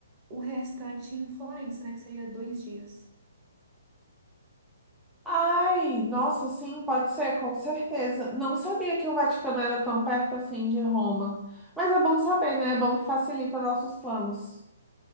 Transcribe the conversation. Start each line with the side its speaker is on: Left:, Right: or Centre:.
Right: o restante em Florença, né, que seria dois dias.
Centre: Ai, nossa, sim, pode ser, com certeza. Não sabia que o Vaticano era tão perto assim de Roma. Mas é bom saber, né? É bom que facilita nossos planos.